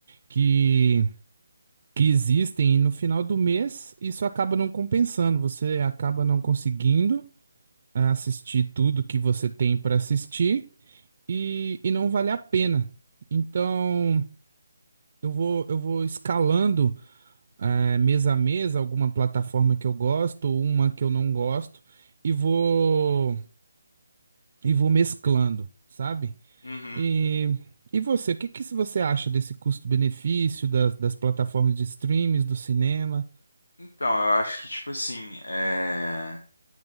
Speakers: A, on the right; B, on the left.
A: que que existem e no final do mês isso acaba não compensando, você acaba não conseguindo eh, assistir tudo que você tem para assistir e, e não vale a pena. Então eu vou, eu vou escalando eh, mês a mês alguma plataforma que eu gosto, uma que eu não gosto e vou e vou mesclando, sabe?
B: Uhum.
A: E E você, o que que você acha desse custo-benefício das, das plataformas de streams, do cinema?
B: Então, eu acho que tipo assim, é...